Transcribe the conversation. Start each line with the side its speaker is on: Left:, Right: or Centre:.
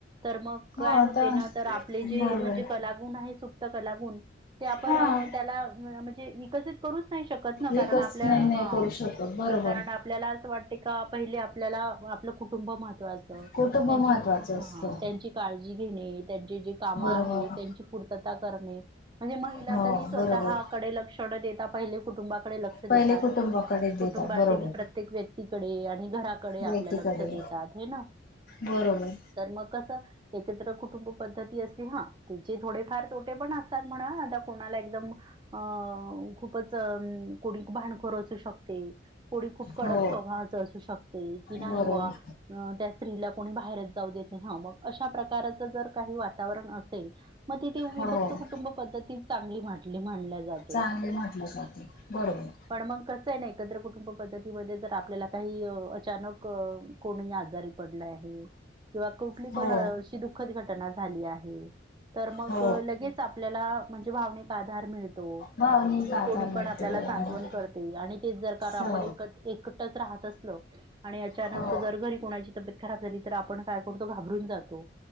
Right: तरं मंग कायं
Left: हा आता
Right: होते नां तरं आपले
Left: बरोबर
Right: जे म्हणजे लागूंन आहे चुकतं त्यांला लागूंन ते आपणं
Left: हा
Right: त्यांला म्हणजे विकसित करूंन नाहीं शकतं नं कारणं
Left: एकच
Right: आपल्याला
Left: नाही नाही
Right: हां
Left: करू शकत बरोबर
Right: कारणं आपल्यांला असं वाटतं की कां पहिले आपल्यांला आपलं कुटुंबं महत्वाचं
Left: कुटुंब
Right: त्यांची
Left: महत्त्वाचं
Right: हां
Left: असतं
Right: त्यांची काळंजी घेणे त्यांचे जे कामं
Left: बरोबर
Right: आहे त्यांची पूर्तता करणे म्हणजे महिलां
Left: हो
Right: तरी स्वंतःकडे
Left: बरोबर
Right: लक्षणं नं देतां पहिले कुटुंबां कडे डे लंक्ष
Left: पहिले
Right: देतांत
Left: कुटुंबाकडे
Right: कुटुंबांतील
Left: देतात बरोबर.
Right: प्रत्येक व्यक्तींकडे आणि घरांकडे आपल्यां
Left: व्यक्तीकडे
Right: लंक्ष देतांत येनं
Left: बरोबर
Right: तरं मंग कसं एकत्रं कुटुंबं पद्धती असेलन हं त्यांचे थोडेफांर तोटे पणं असतांत म्हंणा आतां कोणांला एकदंम अं खूपचं अं कोणी भांडखोर अंसू शकते कोणी खूंप कडक
Left: हो
Right: स्वंभावांच अंसू शकते की नाहीं
Left: बरोबर
Right: बां हं त्यां स्त्रीलां कोणी बाहेरचं जाऊं देतं नाहीं हं मंग अश्या प्रकारचं जरं कांहीं वातांवरण असं सेलं मंग तिथे विभक्तं
Left: हो
Right: कुटुंबं पद्धतींत चांगली म्हटली म्हणल्यां जाते
Left: चांगली म्हटल्यां जाते बरोबर
Right: पणं मंग कसं आहे नां एकत्रं कुटुंबं पद्धतींमध्यें जरं आपल्यांला कांहीं अचांनक कोणी आजांरी पडलं आहे किंवा कुठंली
Left: हो
Right: पणं अशी दुःखंद घटनां झाली आहे तरं मंग
Left: हो
Right: लगेचं लगेचं आपल्यांला म्हणजे भाविक आंधार मिळतो
Left: भावनिक
Right: हो
Left: आधार
Right: कोणी
Left: मिळतो
Right: पण आपल्याला
Left: बरोबर
Right: सांत्वन करते आणि तेच जर का
Left: हो
Right: आपण एक एकत्र एकटच राहत असलो आणि अचानक
Left: हो
Right: जर घरी कोणाची तब्बेत खराब झाली तर आपण काय करतो घाबरून जातो